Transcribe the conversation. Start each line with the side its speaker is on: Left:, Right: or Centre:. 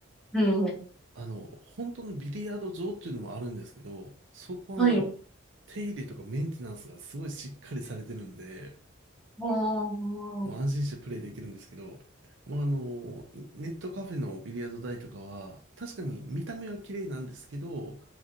Centre: う。うん、
Right: あの、本当のビリヤード場っていうのもあるんですけど、そこはあの、
Centre: はい。
Right: 手入れとかメンテナンスがすごいしっかりされてるんで、
Centre: ああ。
Right: もう安心してプレイできるんですけど、もうあの、いネットカフェのビリヤード台とかは、確かに見た目は綺麗なんですけど、